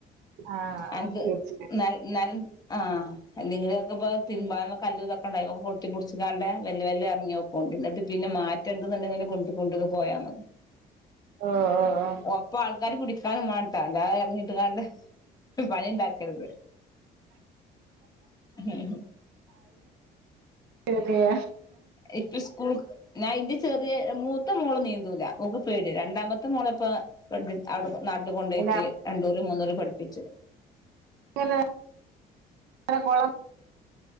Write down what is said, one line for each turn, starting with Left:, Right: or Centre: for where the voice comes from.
Right: ആ
Left: അൻക്ക്
Right: തീർച്ചയായും
Left: ന്നൻ ന്നൻ ആഹ് എ നിങ്ങിലൊക്ക ഇപ്പൊ തിരുമ്പാാനൊക്ക കല്ലല്തൊക്കണ്ട കൊത്തിപ്പൊടിച്ചിക്കാണ്ട് വല്ല വല്ല ഇറങ്ങി നക്കോണ്ട് എന്നിട്ട് പിന്നെ മാറ്റ രണ്ടണ്ടെങ്കിലും കൊ കൊണ്ട പോയണത്
Right: ഓ ഓ ഓ.
Left: പ്പാൾക്കാര് പുടിക്കാനും വാൺട്ടാ. അല്ലാതെ ഇറങ്ങിട്ട് കാണ്ട് പണിണ്ടാക്കര്ത് ഹും ഹും
Right: ശരിയ
Left: ഇപ്പ സ്കൂൾ ഞാ ഇന്റെ ചെറിയ മൂത്ത മോള് നീന്തൂല ഓക്ക് പേട്യാ. രണ്ടാമത്തെ മോളെപ്പോ വിടെ നാട്ട് കൊണ്ടപോക്ക്
Right: പിന്നെ
Left: രണ്ടൂര മൂന്നൂര പഠിപ്പിച്ചു
Right: എങ്ങ കുളം